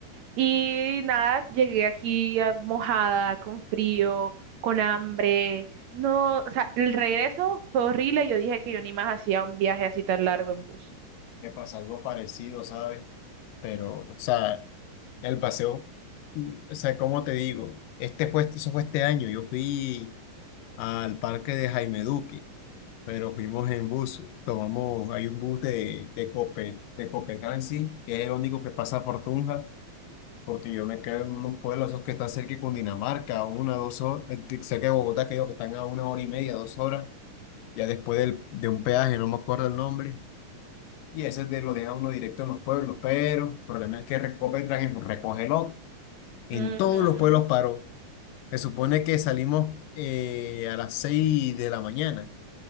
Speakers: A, on the right; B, on the left.
A: Y nada, llegué aquí eh, mojada, con frío, con hambre. No, o sea, el regreso fue horrible, yo dije que yo ni más hacía un viaje así tan largo en bus.
B: Me pasó algo parecido, ¿sabes? Pero, o sea, el paseo, mm, o sea, ¿cómo te digo? Este fue, eso fue este año. Yo fui al parque de Jaime Duque, pero fuimos en bus. Tomamos, hay un bus de, de Cope, de Copenhague, que es el único que pasa por Tunja, porque yo me quedo en unos pueblos esos que están cerca de Cundinamarca, a una, dos horas, eh, cerca de Bogotá, que digo que están a una hora y media, dos horas, ya después del, de un peaje, no me acuerdo el nombre. y ese de- lo deja uno directo en los pueblos, pero el problema es que Recopetran es un recoge loco. En
A: Ujú.
B: todos los pueblos paró. Se supone que salimos eh, a las 6 de la mañana